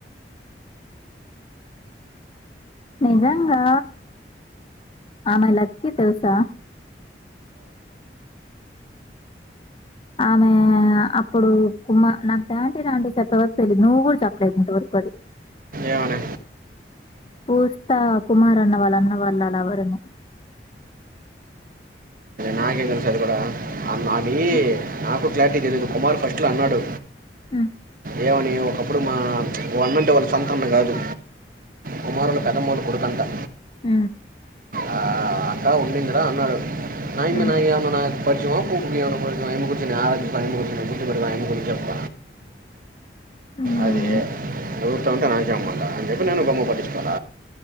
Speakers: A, on the left; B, on the right.
A: నిజాంగా ఆమె లక్కీ తెలుసా ఆమె అప్పుడు కుమా నాకు డాంటీంటీ చెప్పే వరకు తెలిదు నువ్వు కూడా చెప్పలేదు ఇంతవరకు ఒకది
B: ఏమనీ
A: పూస్త కుమార్ అన్న వాళ్ళు అన్న వాళ్ళ లవర్ అని
B: నాకేందనా చదివు కూడారా నా అని
A: ఉమ్.
B: నాకు క్లారిటీ తెలీయదు కుమార్ ఫస్ట్లో అన్నాడు
A: ఆ
B: ఏమని ఒకప్పుడు మా వాళ్న్నంటే వాళ్ళ సంతాన్న కాదు కుమారుల పెదమూలు కొడుకుంటడా
A: ఉ
B: ఆ అక్క ఉడిందరా అన్నాడు నాంది
A: హ్మ్.
B: నా అంద నా <unintelligible> చెప్ప
A: హ్మ్.
B: అదే నవ్వుత ఉంటే నాకే అమాట అని చెప్పి నేను గమ్మున పట్టించుకోల